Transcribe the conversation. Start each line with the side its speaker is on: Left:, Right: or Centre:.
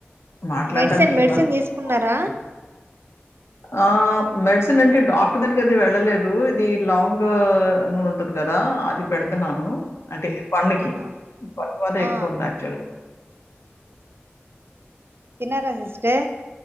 Left: మాట్లాడటానికి
Right: మెడిసిన్ మెడిసిన్
Left: ఇబ్బంది అవుతుంది
Right: తీసుకున్నారా
Left: ఆ మెడిసిన్ అంటే డాక్టర్ దగ్గరికి అయితే వెళ్ళలేదు ఇది లాంగ్ నూనె ఉంటది క దా అదిపెడుత చెస్తున్నాను అంటే పనుకి
Right: ఆహా
Left: పం వల్ల
Right: ఆ
Left: ఎక్కువ ఉంది అక్చువల్గా
Right: తిన్నార సిస్టర్